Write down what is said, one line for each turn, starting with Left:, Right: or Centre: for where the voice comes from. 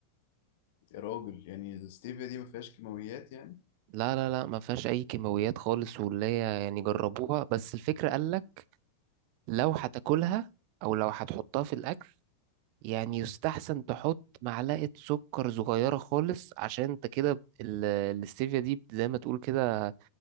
Left: يا راجل يعني الستيفيا دي ما فيهاش كيماويات يعني
Right: لا لا لا ما فيهاش أي كيماويات خالص واللي هي يعني جربوها بس الفكرة قالك لو هتاكلها أو لو هتحطها في الأكل يعني يستحسن تحط معلقة سكر صغيرة خالص عشان انت كده ال- الاستيفيا دي زي ما تقول كده